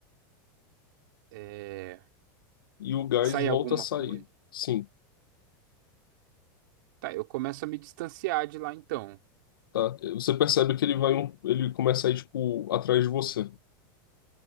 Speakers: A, on the right (about 65°); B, on the left (about 85°).
A: É,
B: E o gás
A: sai
B: volta
A: alguma
B: a sair.
A: coisa?
B: Sim,
A: Tá, eu começo a me distanciar de lá então.
B: tá? Você percebe que ele vai, um- ele começa a ir, tipo, atrás de você.